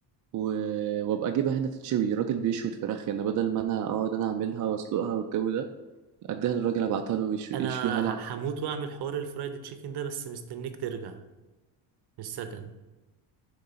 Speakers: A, on the right; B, on the right.
A: و... وابقى اجيبها هنا تتشوي الراجل بيشوي الفراخ هنا بدل ما انا اقعد انا اعملها واسلقها والجو ده اديها للراجل ابعتها له يشو...
B: انا
A: يشويها لي على طول
B: ه- هموت واعمل حوار الفرايد تشيكن ده بس مستنيك ترجع من السكن